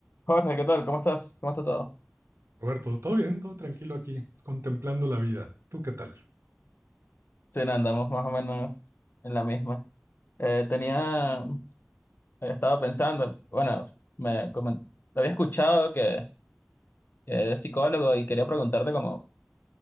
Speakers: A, on the left (about 50°); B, on the right (about 75°).
A: Jorge, ¿qué tal? ¿Cómo estás? ¿Cómo está todo?
B: Roberto, todo bien, todo tranquilo aquí, contemplando la vida. ¿Tú qué tal?
A: Sí, no, andamos más o menos en la misma. Eh, tenía, eh, estaba pensando, bueno, me comen- te había escuchado que, que eres psicólogo y quería preguntarte como,